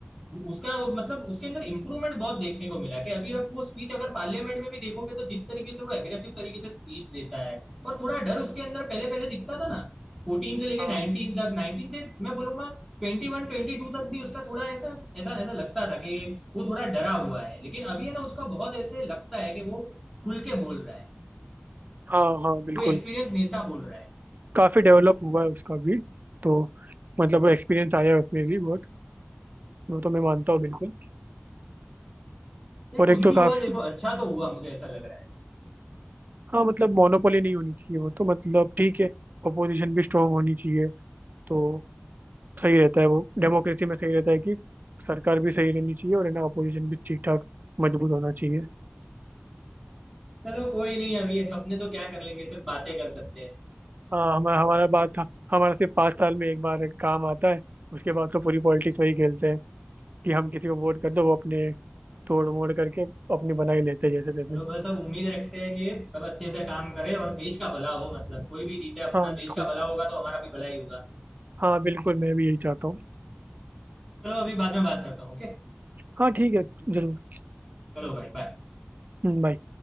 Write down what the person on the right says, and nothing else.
हाँ
हाँ हाँ बिल्कुल
काफ़ी डेवलप हुआ है उसका भी तो मतलब एक्सपीरियंस आया है उसमें भी बहुत वो तो मैं मानता हूँ बिल्कुल
और
एक तो
काफ़ी
हाँ मतलब मोनोपोली नहीं होनी चाहिए वो तो मतलब ठीक है अपोजिशन भी स्ट्रांग होनी चाहिए तो सही रहता है वो डेमोक्रेसी में सही रहता है कि सरकार भी सही रहनी चाहिए और है ना अपोजिशन भी ठीक ठाक मजबूत होना चाहिए
हाँ हमारा हमारा बात हमारा सिर्फ पाँच साल में एक बार काम आता है उसके बाद तो पूरी पॉलिटिक्स वही खेलते हैं कि हम किसी को वोट कर दो वो अपने तोड़ मोड़ करके अपनी बना ही लेते हैं जैसे तैसे
हाँ बिल्कुल
हाँ बिल्कुल मैं भी यही चाहता हूँ
हाँ ठीक है जरूर
हम्म, बाय